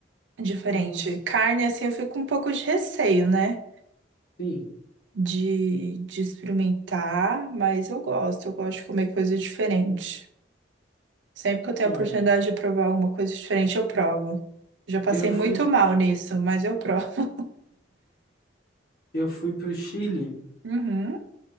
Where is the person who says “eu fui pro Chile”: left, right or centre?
Left